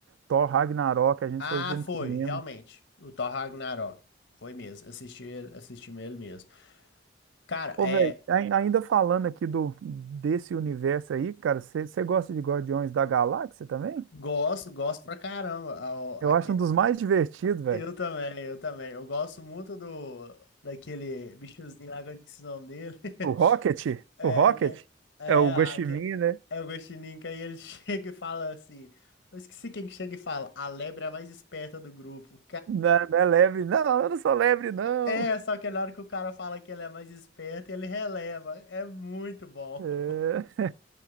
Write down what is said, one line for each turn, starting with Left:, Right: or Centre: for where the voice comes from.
Right: Thor Ragnarok, a gente
Left: Ah,
Right: foi ver no
Left: foi,
Right: cinema.
Left: realmente. O Thor Ragnarok. Foi mesmo. Assisti ele, assisti ele mesmo. Cara,
Right: Ô,
Left: é.
Right: velho, ai- ainda falando aqui do, desse universo aí, cara, você gosta de Guardiões da Galáxia também?
Left: Gosto, gosto pra caramba. Ao- Aqui,
Right: Eu acho um dos mais divertidos, velho.
Left: eu também, eu também. Eu gosto muito do daquele bichozinho lá, que eu esqueci o nome dele. <laughs>
Right: O Rocket?
Left: É,
Right: O Rocket?
Left: que, é,
Right: É o
Left: a-
Right: Ho Chi
Left: que,
Right: Minh, né?
Left: é o Guaxinim, que aí ele <laughs> chega e fala assim. Eu esqueci quem que chega e fala, a lebre é a mais esperta do grupo.
Right: Não, não é lebre, não, eu não sou lebre, não.
Left: É, só que na hora que o cara fala que ele é mais esperto, ele releva. É muito bom.
Right: É.
Left: <laughs>